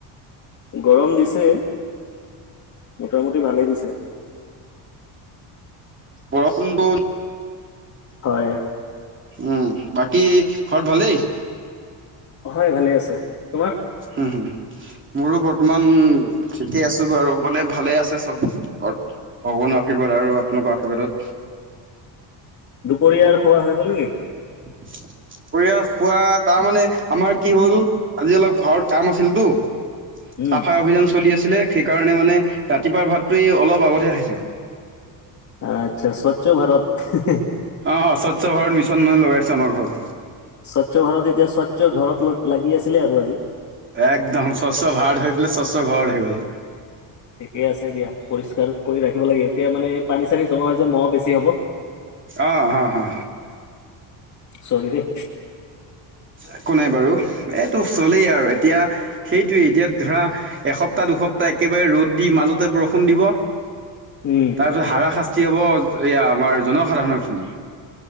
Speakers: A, on the left; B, on the right.
A: গৰম দিছে। মোটামুটি ভালেই দিছে।
B: বৰষূণটো
A: হয়।
B: উম। বাকী ঘৰত ভালেই?
A: হয়, ভালে আছে। তোমাৰ?
B: হুম, হুম, হুম। মোৰো বৰ্তমান ঠিকে আছোঁ বাৰু মানে ভালেই আছে চব। ঘৰত। ভগৱানৰ আশীৰ্বাদ আৰু আপোনালোকৰ আশীৰ্বাদত।
A: দুপৰীয়াৰ খোৱা হৈ গ'ল নেকি?
B: <inaudible> দুপৰীয়া খোৱা তাৰমানে আমাৰ কি হ'ল, আজি অলপ ঘৰত কাম আছিলতো,
A: উম
B: চাফাই অভিযান চলি আছে। <unintelligible> সেইকাৰণে মানে ৰাতিপুৱাৰ ভাতটো এ অলপ আগতহে খাইছোঁ।
A: আচ্ছা, স্বচ্ছ ভাৰত। হেহে।
B: অ' অ', স্বচ্ছ ভাৰত মিছন মই লগাইছোঁ আমাৰ ঘৰত।
A: স্বচ্ছ ভাৰত এতিয়া স্বচ্ছ ঘৰত লগ-লাগি আছিলে আৰু আজি।
B: একদম, স্বচ্ছ ভাৰত হৈ পেলাই স্বচ্ছ ঘৰত হৈ গ'ল।
A: ঠিকে আছে দিয়া, পৰিষ্কাৰ কৰি ৰাখিব লাগে। এতিয়া মানে পানী-চানী জমা হৈছে, মহ বেছি হ'ব।
B: অ' অ' হা।
A: চৰি দে।
B: একো নাই বাৰু, এইটো চলেই আৰু। এতিয়া সেইটোৱে, এতিয়া ধৰা এসপ্তাহ-দুসপ্তাহ একেবাৰে ৰ'দ দি মাজতে বৰষুণ দিব,
A: উম
B: তাৰপিছত হাৰা শাস্তি হ'ব এয়া আমাৰ জনসাধাৰণৰখিনি।